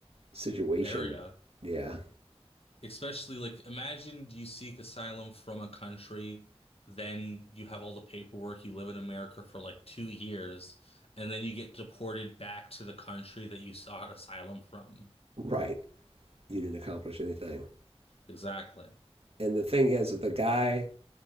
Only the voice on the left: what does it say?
Area.
Especially like imagine you seek asylum from a country, then you have all the paperwork, you live in America for like two years, and then you get deported back to the country that you sought asylum from.
Exactly.